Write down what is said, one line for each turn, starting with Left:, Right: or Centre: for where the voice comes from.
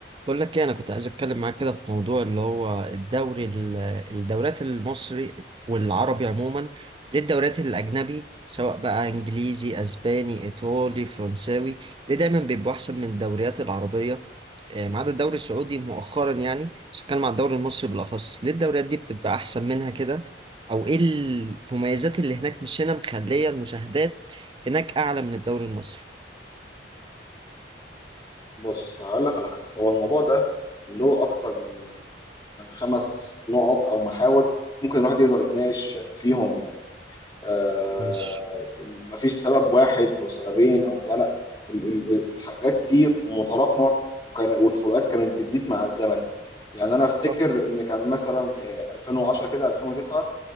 Right: بقول لك ايه انا كنت عايز اتكلم معاك كده في موضوع اللي هو الدوري ال- الدوريات المصري والعربي عموما ليه الدوريات الاجنبي سواء بقى انجليزي اسباني ايطالي فرنساوي ليه دايما بيبقوا احسن من الدوريات العربيه آه، ما عدا الدوري السعودي مؤخرا يعني بس اتكلم عن الدوري المصري بالاخص ليه الدوريات دي بتبقى احسن منها كده او ايه المميزات اللي هناك مش هنا مخليه المشاهدات هناك اعلى من الدوري المصري
Left: بص هقول لك على حاجه هو الموضوع ده له اكتر من من خمس نقط او محاور ممكن الواحد يقدر يتناقش فيهم يعني آه
Right: ماشي
Left: مفيش سبب واحد او سببين او بتاع لا ال- ال- الحاجات كتير ومتراكمه وكان والفروقات كانت بتزيد مع الزمن يعني انا افتكر
Right: صح
Left: ان كان مثلا آه، 2010 كده 2009